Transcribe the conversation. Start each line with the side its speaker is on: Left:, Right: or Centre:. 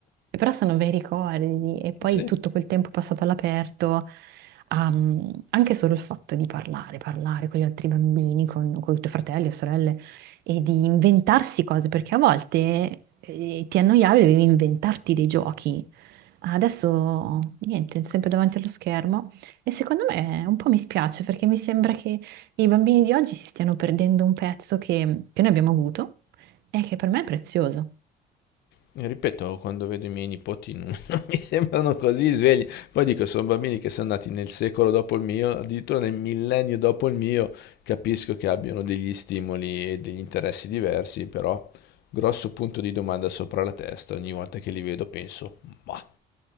Right: E Però sono bei ricordi e poi
Left: Sì,
Right: tutto quel tempo passato all'aperto, ehm, anche solo il fatto di parlare, parlare con gli altri bambini, con, con i tuoi fratelli e sorelle e di inventarsi cose, perché a volte eh, ti annoiavi e dovevi inventarti dei giochi. Adesso niente, sempre davanti allo schermo e secondo me un po' mi spiace perché mi sembra che i bambini di oggi si stiano perdendo un pezzo che, che noi abbiamo avuto e che per me è prezioso.
Left: Ripeto, quando vedo i miei nipoti non, <laughs> non mi sembrano così svegli. Poi dico, sono bambini che sono nati nel secolo dopo il mio, addirittura nel millennio dopo il mio, capisco che abbiano degli stimoli e degli interessi diversi, però grosso punto di domanda sopra la testa, ogni volta che li vedo penso, ma...